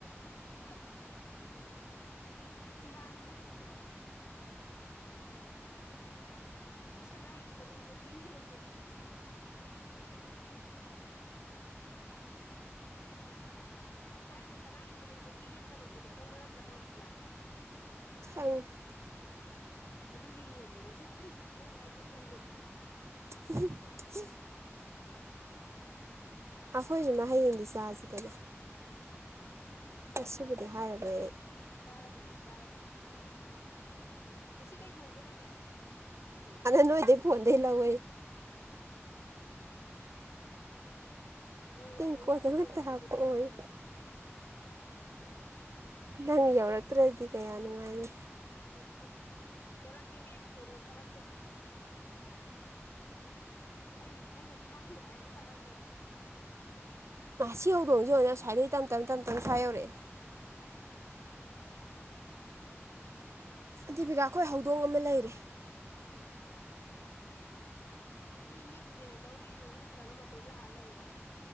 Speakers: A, on the left; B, on the right.
A: ꯑꯁ ꯃꯥꯅꯦ ꯁꯅꯥꯒꯤ ꯃꯔꯨꯝ ꯀꯣꯛꯄꯤ ꯌꯦꯟꯗꯣ ꯁꯥꯏꯅ ꯁꯅꯥꯒꯤ ꯃꯔꯨꯝ ꯀꯣꯛꯄꯤ ꯌꯦꯟ ꯇꯝꯃꯛꯄꯗꯣ ꯈꯪꯕ ꯅꯠꯇ꯭ꯔꯥ ꯄꯥꯝꯁꯤꯅꯥ
B: ꯈꯪꯉꯦ
A: ꯑꯗꯨꯒꯤ ꯌꯦꯟꯗꯨꯅꯦ ꯆꯥꯗꯣꯏꯁꯦ ꯅꯪ ꯍꯥꯏꯗꯣ ꯆꯨꯝꯃꯦ
B: ꯎ ꯑꯩꯈꯣꯏꯁꯨ ꯍꯌꯦꯡꯗꯤ ꯆꯥꯁꯤꯗꯅ
A: ꯆꯥꯎ
B: ꯉꯁꯤꯕꯨꯗꯤ
A: ꯆꯥꯎ ꯆꯥꯎ
B: ꯍꯥꯏꯔꯔꯣꯏ ꯑꯩ
A: ꯁꯔꯥꯗꯒꯅꯤ ꯁꯔꯗꯕꯅꯤ ꯉꯁꯤ ꯀꯩ ꯊꯣꯡꯗꯣꯏꯔꯒꯦ
B: ꯅꯣꯏꯗꯒꯤ ꯐꯣꯟꯗꯒꯤ ꯂꯧꯋꯦ
A: ꯍꯁ ꯑꯣ ꯌꯥꯔꯦ
B: ꯇꯦꯡꯀꯣꯠ
A: ꯌꯥꯔꯦ
B: ꯑꯃꯠꯇ
A: ꯑꯗꯨ ꯑꯣꯏꯗꯤ
B: ꯍꯥꯞꯄꯛꯑꯣꯌꯦ
A: ꯑꯗꯨꯗ ꯌꯥꯅꯔꯁꯤ
B: ꯅꯪ ꯌꯧꯔꯛꯇ꯭ꯔꯗꯤ ꯀꯌꯥ ꯅꯨꯡꯉꯥꯏꯔꯤ
A: ꯎꯝ ꯌꯧꯔꯛꯀꯦꯍꯦ ꯀꯩꯅꯣ ꯊꯥꯔꯛꯀꯦ ꯑꯩꯅ ꯑꯩꯅ ꯊꯥꯅꯦ ꯍꯥꯏꯗꯤ ꯊꯥꯔꯗ
B: ꯃꯥ ꯁꯤ ꯌꯧꯗꯣꯡꯁꯤ ꯌꯧ ꯁꯁ꯭ꯥꯏꯗꯗꯒꯤ ꯇ ꯇꯞ ꯇ ꯇꯞ ꯁ꯭ꯋꯥ ꯌꯧꯔꯛꯑꯦ ꯗꯦꯕꯤꯀꯥ ꯑꯩꯈꯣꯏ ꯍꯧꯗꯣꯡ ꯑꯃ ꯂꯩꯔꯦ
A: ꯅꯣꯏ ꯃꯤ ꯂꯧꯔꯛꯏꯔꯣ ꯅꯠꯇ꯭ꯔꯒ ꯃꯇꯣꯝ ꯂꯥꯛꯑ ꯂꯩꯔꯣ